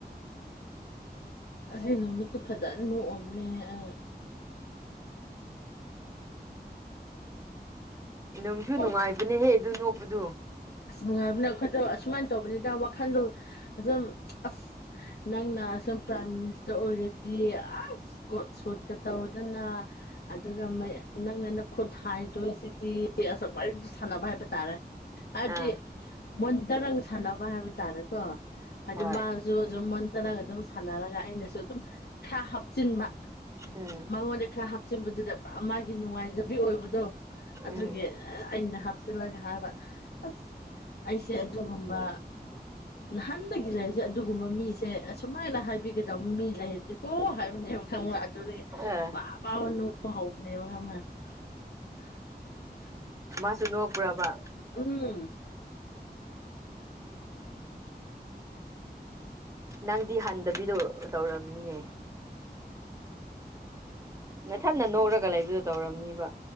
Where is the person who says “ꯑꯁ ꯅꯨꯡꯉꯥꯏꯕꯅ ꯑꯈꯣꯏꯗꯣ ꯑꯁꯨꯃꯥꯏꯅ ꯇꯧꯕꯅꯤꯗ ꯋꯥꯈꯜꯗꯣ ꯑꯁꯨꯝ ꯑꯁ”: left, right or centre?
Left